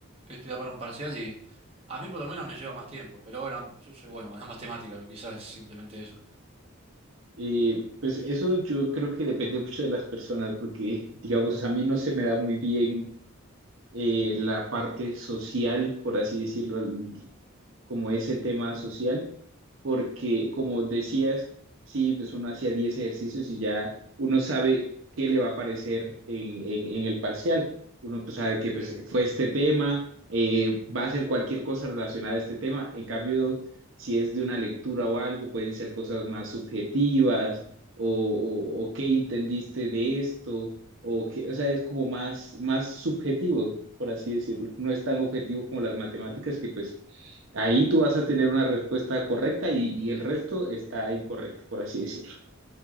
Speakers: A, on the right; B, on the right.
A: estudiar para un parcial y a mí por lo menos me lleva más tiempo. Pero bueno, yo soy bueno con las matemáticas, <laughs> quizás es simplemente eso.
B: Eh, pues eso yo creo que depende mucho de las personas, porque digamos, a mí no se me da muy bien eh, la parte social, por así decirlo, el- como ese tema social porque como decías, sí, pues uno hacía 10 ejercicios y ya uno sabe qué le va a aparecer en, en- en el parcial. Uno pues sabe que pues,
A: Sí.
B: fue este tema, eh, va a ser cualquier cosa relacionada a este tema. En cambio, si es de una lectura o algo, pueden ser cosas más subjetivas o, o- o qué entendiste de esto, o, qué, o sea, es como más, más subjetivo, por así decirlo. No es tan objetivo como las matemáticas que pues Ahí tú vas a tener una respuesta correcta y, y el resto está incorrecto, por así decirlo.